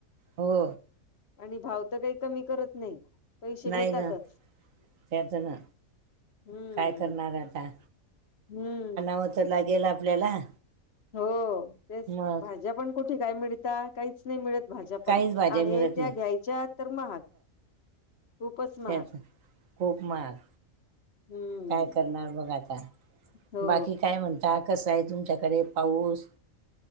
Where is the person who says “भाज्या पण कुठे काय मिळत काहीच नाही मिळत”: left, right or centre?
Left